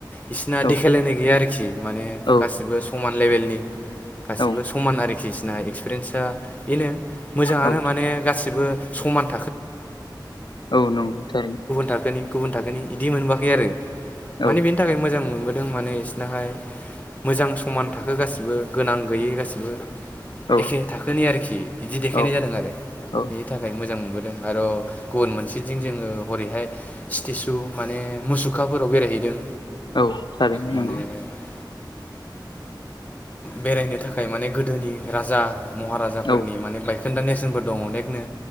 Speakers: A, on the left; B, on the left.
A: इसिना
B: औ
A: देखायलायनाय गैया आरोखि माने
B: औ
A: गासिबो समान लेबेलनि गासिबो
B: औ
A: समान आरोखि बिसिना एक्सपिरिन्सा बेनो मोजाङानो
B: औ
A: माने गासिब <unintelligible> गुबुन
B: औ नंगौ थारैनो
A: थाखोनि इदि मोनबोाखै आरो
B: औ
A: माने बेनि थाखाय मोजां मोन दों माने बिसिनाहाय मोजां समान थाखो गासिबो गोनां गैयै गासिबो
B: औ
A: एखे थाखोनि आरोखि बिदि देखायनाय
B: औ
A: जादों आरो
B: औ
A: बेनि थाखाय मोजां मोनबोदों आरो गुबुन मोनसेथिं जोङो हरैहाय स्टेसु माने मुसुखाफोराव बेरायहैदों
B: औ थार नंगौ
A: माने बेरायनो थाखाय माने गोदोनि राजा महाराजाफोरनि
B: औ
A: माने बायखोन्दा नेसनफोर दं अनेकनो